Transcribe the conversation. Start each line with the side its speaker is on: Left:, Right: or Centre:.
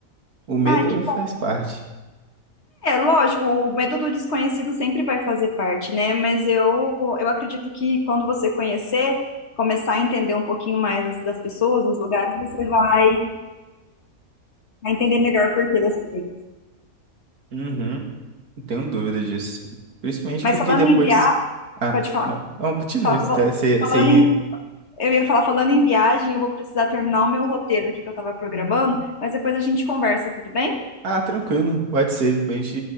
Right: O medo
Left: Ai, que
Right: faz parte.
Left: É, lógico, o medo do desconhecido sempre vai fazer parte, né? Mas eu, eu acredito que quando você conhecer, começar a entender um pouquinho mais das, das pessoas, dos lugares, você vai, vai entender melhor o porquê das coisas.
Right: Uhum. Não tenho dúvida disso. Principalmente
Left: Mas
Right: porque
Left: falando
Right: depois.
Left: em viagem,
Right: Ah,
Left: pode falar.
Right: não. Não, continua.
Left: Fala- fala-
Right: Tá, Você, você...
Left: Falando em- eu ia falar, falando em viagem, eu vou precisar terminar o meu roteiro aqui que eu estava programando, mas depois a gente conversa, tudo bem?
Right: Ah, tranquilo. Pode ser. Depois a